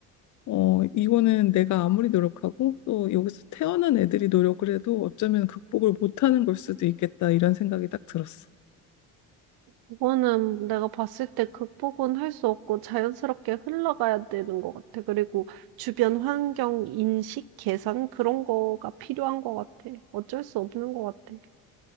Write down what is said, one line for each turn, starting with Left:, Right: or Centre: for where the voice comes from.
Left: 어, 이거는 내가 아무리 노력하고 또 여기서 태어난 애들이 노력을 해도 어쩌면 극복을 못하는 걸 수도 있겠다 이런 생각이 딱 들었어.
Right: 그거는 내가 봤을 때 극복은 할 수 없고 자연스럽게 흘러가야 되는 것 같아. 그리고 주변 환경 인식 개선 그런 거가 필요한 것 같아. 어쩔 수 없는 것 같아.